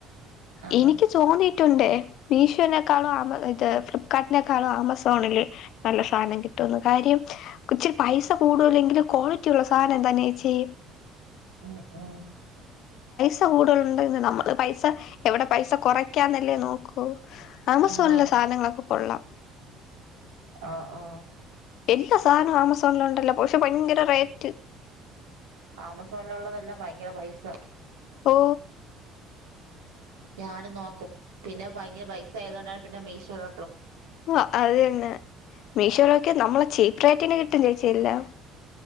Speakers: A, on the right; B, on the left.
A: അങ്ങനെ
B: എനിക്ക് തോന്നി- ട്ടുണ്ട് മീഷോനെക്കാളും ഇത് ഫ്ലിപ്കാർട്ടിനെക്കാളും ആമസോണില് നല്ല സാധനം കിട്ടും. ട്ടുന്ന് കാര്യം ഇച്ചിരി പൈസ കൂടൂല്ലെങ്കിലും ക്വാളിറ്റി ഒള്ള സാധനം തന്നേച്ചി.
A: ഉം ഉം
B: പ കൂടുതല് ഉണ്ടന്ന് നമ്മള് പൈസ എവിടെ പൈസ കുറയ്ക്കാന്നല്ലേ നോക്കു. ആമസോണില്
A: ആഹ്
B: സാധനങ്ങളൊക്കെ കൊള്ളാം.
A: ആഹ് ഓ
B: ഇല്ല സാധനം ആമസോണില് ഒണ്ടല്ലോ പക്ഷെ ഭയങ്കര റേറ്റ്
A: ആമസോണിലൊള്ളതെല്ലാം ഭയങ്കര പൈസ.
B: ഓ
A: ഞാൻ നോക്കും പിന്നെ ഭയങ്കര പൈസ ആയത് കൊണ്ടാണ് പിന്നെ മീഷോല്
B: ആ അത് തന്നെ മീഷോലോക്കെ നമ്മളെ ചീപ്റേറ്റിന് കിട്ടും ചേച്ചിയെല്ലാം